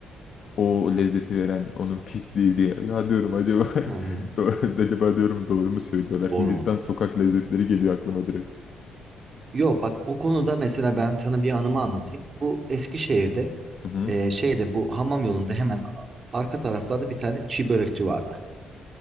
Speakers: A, on the left; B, on the right.
A: o lezzeti veren onun pisliği diye. Ya diyorum acaba <laughs>
B: Hı hı.
A: do- acaba diyorum doğru mu söylüyorlar?
B: Doğru
A: Hindistan
B: mu?
A: sokak lezzetleri geliyor aklıma direkt.
B: Yo bak o konuda mesela ben sana bir anımı anlatayım. Bu Eskişehir'de
A: Hı hı.
B: e, şeyde bu hamam yolunda hemen a- arka taraflarda bir tane çiğ börekçi vardı.